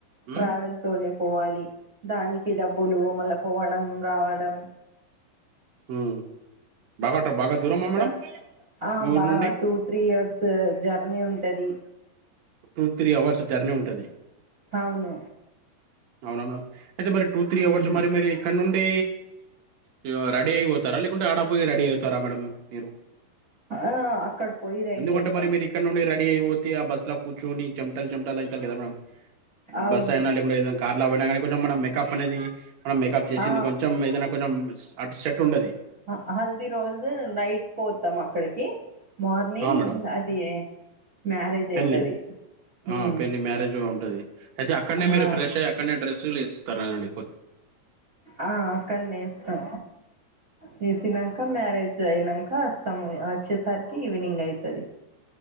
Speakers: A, on the right; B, on the right.
A: ఉమ్,
B: ట్రావెల్ తోనే పోవాలి దానికి డబ్బులు మళ్ళ పోవడం రావడం
A: ఉ బాగా బాగా దురమా మేడం
B: సార్ ఆ
A: మీ ఊరు
B: బాగా
A: నుండి
B: టూ త్రీ ఇయర్స్ జర్నీ ఉంటది
A: టూ త్రీ అవర్స్ జర్నీ ఉంటది
B: అవును
A: అవునా మేడం అయితే మరి టూ త్రీ
B: ఉమ్
A: అవర్స్ మరి మరి ఇక్కడ నుండి పే ఇగ రెడీ అయిపోతారా లేకుంటే ఆడ పోయి రెడీ అయితారా మేడం మీరు
B: ఆ అక్కడ పోయి రెడీ
A: ఎందుకంటే
B: అయితాం
A: మరి మీరు ఇక్కడ నుండి రెడీ డి అయి పోతే ఆ బస్ కూర్చోని చమటల్ చమటల్ అయితది కదా మేడం ఉ
B: అవును
A: బస్ అయిన లేకుంటే ఏదైనా కార్ లో పోయినా కానీ కొంచెం మనం మేకప్ అనేది మనం మేకప్ చేసింది
B: ఆ
A: కొంచెం ఏదైనా కొంచెం అటు సెట్ ఉండది
B: హా హల్ది రోజు నైట్ పోతాం అక్కడికి మార్నింగ్
A: ఆ మేడం
B: అది మ్యారేజ్
A: పెళ్లి
B: అయితది
A: ఆ
B: ఉమ్
A: పెళ్లి మ్యారేజ్ ఉంటది అయితే అక్కడనే మీరు
B: ఆ
A: ఫ్రెష్ అ అక్కడనే డ్రెస్సులు ఏస్తార అండి
B: ఆ అక్కనే ఏస్తా వేసినాక మ్యారేజ్ అయినాక వస్తాము వచ్చేసరికి ఈవినింగ్ అయితది,